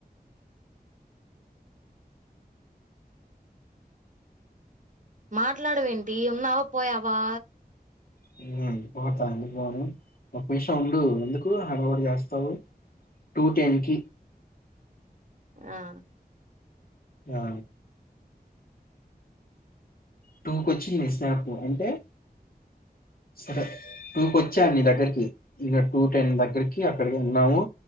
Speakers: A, on the right; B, on the left.
A: మాట్లాడవేంటి ఉన్నావా పోయావా
B: హ్మ్ పోత ఎందుకు పోను ఒక నిమిషము ఉండు ఎందుకు హడావుడి చేస్త త్వ <unintelligible> టూ టెన్ కి
A: ఆ
B: ఆ టూకి వచ్చింది నీ స్నాప్ అంటే సరే టూ కోచ్చా నీ దగ్గరికి ఇక టూ టెన్ దగ్గరికి <inaudible> క్కడికి ఉన్నావు